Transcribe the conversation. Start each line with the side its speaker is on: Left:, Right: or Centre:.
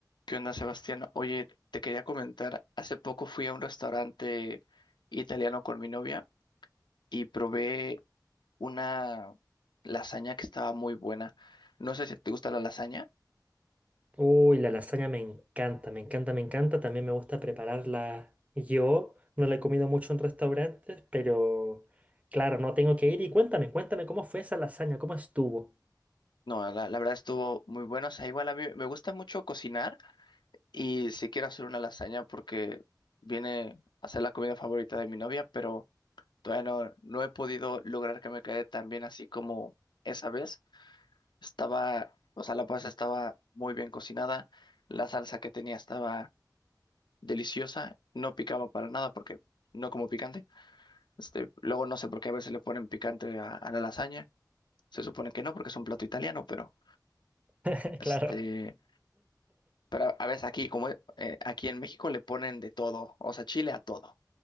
Left: ¿Qué onda, Sebastián? Oye, te quería comentar, hace poco fui a un restaurante italiano con mi novia y probé una lasaña que estaba muy buena. No sé si te gusta la lasaña.
Right: Uy, la lasaña me encanta, me encanta, me encanta. También me gusta prepararla yo. No la he comido mucho en restaurantes, pero claro, no tengo que ir. Y cuéntame, cuéntame cómo fue esa lasaña, cómo estuvo.
Left: No, la, la verdad estuvo muy buena. O sea, igual a mí me gusta mucho cocinar y sí quiero hacer una lasaña porque viene a ser la comida favorita de mi novia, pero todavía no, no he podido lograr que me quede tan bien así como esa vez. Estaba, o sea, la pasta estaba muy bien cocinada, la salsa que tenía estaba deliciosa, no picaba para nada porque no como picante. Este, luego no sé por qué a veces le ponen picante a, a la lasaña. Se supone que no porque es un plato italiano, pero
Right: <laughs>
Left: este,
Right: Claro.
Left: pero a, veces aquí como eh, aquí en México le ponen de todo, o sea, chile a todo.